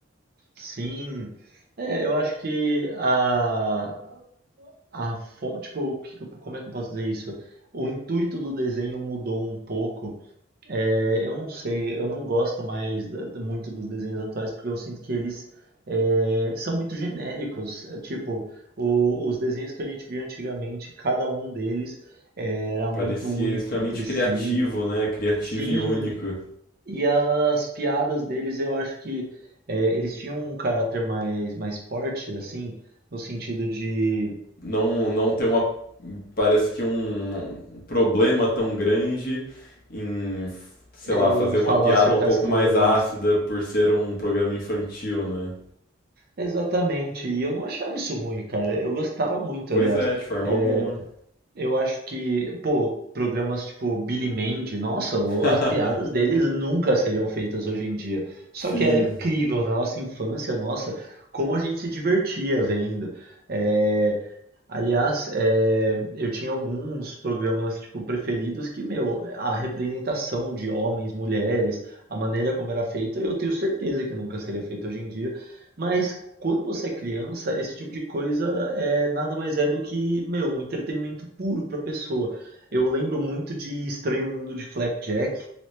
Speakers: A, on the right; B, on the left.
A: Sim, é, eu acho que a A fo- tipo, o que que eu- como é que eu posso dizer isso? O intuito do desenho mudou um pouco. É, eu não sei, eu não gosto mais da- da- muito dos desenhos atuais porque eu sinto que eles é, são muito genéricos. É, Tipo, o- os desenhos que a gente via antigamente, cada um deles é, era
B: Parecia
A: muito único
B: extremamente
A: entre
B: criativo,
A: si.
B: né? Criativo
A: Sim,
B: e único.
A: e as piadas deles eu acho que é, eles tinham um caráter mais, mais forte, assim, no sentido de.
B: Não, não ter uma, parece que um, um problema tão grande em, sei
A: em
B: lá, fazer
A: falar
B: uma piada
A: certas
B: um pouco
A: coisas.
B: mais ácida por ser um programa infantil, né?
A: Exatamente, e eu não achava isso ruim, cara. Eu gostava muito,
B: Pois
A: aliás.
B: é, de forma
A: É,
B: alguma.
A: eu acho que, pô, programas tipo Billy Mandy, nossa, o-
B: <laughs>
A: as piadas deles nunca seriam feitas hoje em dia. Só
B: Sim,
A: que era incrível na nossa infância, nossa, como a gente se divertia vendo. É, Aliás, é, eu tinha alguns programas tipo preferidos que, meu, a representação de homens, mulheres, a maneira como era feita, eu tenho certeza que nunca seria feita hoje em dia. Mas quando você é criança, esse tipo de coisa é nada mais é do que, meu, um entretenimento puro para a pessoa. Eu lembro muito de Estranho Mundo de Flapjack.